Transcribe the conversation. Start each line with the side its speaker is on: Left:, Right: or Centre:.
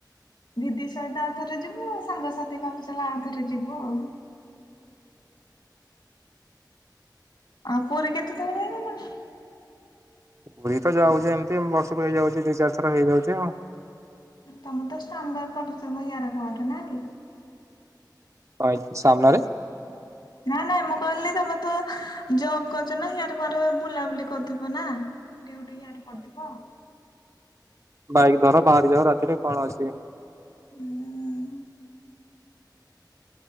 Left: ଦିଦି ସହିତ ଆଉ ଥରେ ଯିବୁ ଆଉ ସାଙ୍ଗସାଥି ଭାବୁଥିଲି ଆଉ ଥରେ ଯିବୁ ଆଉ। ଆଉ ପୁରୀ କେତେ ଥର ଯାଇସାଇଲଣୀ?
Right: ପୁରୀ ତ ଯାଉଛି ଏମିତି ବର୍ଷକୁ ହେଇଯାଉଛି ଦି ଚାରି ଥର ହେଇଯାଉଛି ଆଉ।
Left: ତମର ତ <unintelligible> କରୋନା ରେ।
Right: କଣ ହେଇଛି ସାମ୍ନାରେ?
Left: ନା ନାଇଁ ମୁଁ କହିଲି ତମେ ତ ଜବ କରୁଛ ନା ହିଆଡେ କୁଆଡେ ବୁଲାବୁଲି କରୁଥିବ ନା। ଡିୟୁଟି ହିଆଡେ ପଡୁଥିବ।
Right: ବାଇକ୍ ଧର ବାହାରି ଯାଅ ରାତିରେ କଣ ଅଛି।
Left: ହୁଁ।